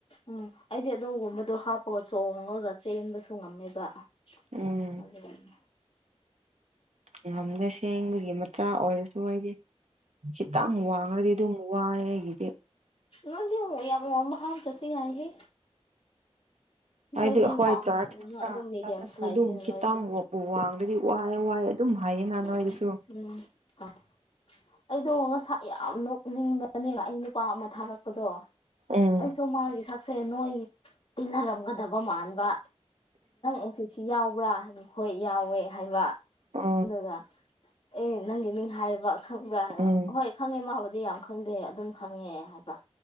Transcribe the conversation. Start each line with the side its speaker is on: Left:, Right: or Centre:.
Left: ꯎꯝ ꯑꯩꯗꯤ ꯑꯗꯣꯝꯒꯨꯝꯕꯗꯣ ꯍꯥꯞꯄꯒ ꯆꯣꯡꯉꯒ ꯆꯦꯟꯕꯁꯨ ꯉꯝꯃꯦꯕ <unintelligible>
Right: ꯎꯝ ꯉꯝꯒꯁꯦꯡꯕꯒꯤ ꯃꯆꯥ ꯑꯣꯏꯔꯁꯨ ꯑꯩꯗꯤ ꯈꯤꯇꯪ ꯋꯥꯡꯡꯂꯗꯤ ꯑꯗꯨꯝ ꯋꯥꯏ ꯑꯩꯒꯤꯗꯤ
Left: ꯅꯪꯗꯤ ꯑꯃꯛ ꯌꯥꯝꯃ ꯋꯥꯡꯕ ꯍꯥꯞ ꯇꯥꯔꯁꯨ ꯌꯥꯏꯍꯦ
Right: ꯍꯥꯏꯗꯤ
Left: ꯅꯣꯏꯗꯤ
Right: ꯍꯈꯣꯏ
Left: ꯋꯥꯡꯕꯅꯤꯅ
Right: ꯆꯥ <unintelligible>
Left: ꯑꯗꯨꯝ ꯃꯤꯗꯤꯌꯝ
Right: ꯆꯥꯂꯁꯨ
Left: ꯁꯥꯏꯖꯅꯤꯅ
Right: ꯑꯗꯨꯝ ꯈꯤꯇꯪ
Left: ꯅꯣꯏꯗꯤ
Right: ꯋꯥꯡꯉ ꯑꯗꯨꯗꯤ ꯋꯥꯏ ꯋꯥꯏ ꯑꯗꯨꯝ ꯍꯥꯏꯌꯦ ꯅ ꯅꯣꯏꯗꯁꯨ
Left: ꯎꯝ ꯎꯝ ꯑꯥ ꯑꯩꯗꯣ ꯉꯁꯥꯢ ꯌꯥꯝꯅ ꯎꯅꯤꯡꯕꯅꯦ ꯑꯩ ꯅꯨꯄꯥ ꯑꯃ ꯊꯥꯔꯛꯄꯗꯣ
Right: ꯎꯝ
Left: ꯑꯩꯁꯨ ꯃꯥꯒꯤ ꯁꯛꯁꯦ ꯅꯣꯏ ꯇꯤꯟꯅꯔꯝꯒꯗꯕ ꯃꯥꯟꯕ ꯑꯁꯤꯁꯤ ꯌꯥꯎꯕ꯭ꯔꯥ ꯍꯥꯏꯕ ꯍꯣꯏ ꯌꯥꯎꯋꯦ ꯍꯥꯏꯕ
Right: ꯑ <unintelligible>
Left: ꯑꯗꯨꯒ ꯑꯦ ꯅꯪꯒꯤ ꯃꯤꯡ ꯍꯥꯏꯕ ꯈꯪꯕ꯭ꯔꯥ ꯍꯥꯏꯔ
Right: ꯎꯝ
Left: ꯍꯣꯏ ꯈꯪꯉꯦ ꯃꯥꯕꯨꯗꯤ ꯌꯥꯝ ꯈꯪꯗꯦ ꯑꯗꯨꯝ ꯈꯪꯉꯦ ꯍꯥꯏꯕ